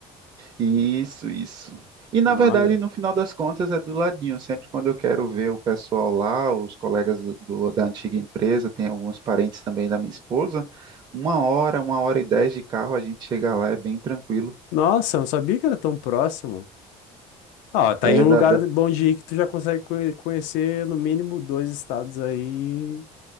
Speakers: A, on the right (about 35°); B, on the left (about 85°).
A: Isso, isso. E na
B: Olha.
A: verdade, no final das contas, é do ladinho. Sempre quando eu quero ver o pessoal lá, os colegas do- da antiga empresa, tem alguns parentes também da minha esposa, uma hora, uma hora e dez de carro, a gente chega lá, é bem tranquilo.
B: Nossa, eu não sabia que era tão próximo. Ó, tá
A: É
B: aí um
A: da,
B: lugar bom de ir que tu já consegue conhe- conhecer no mínimo dois estados aí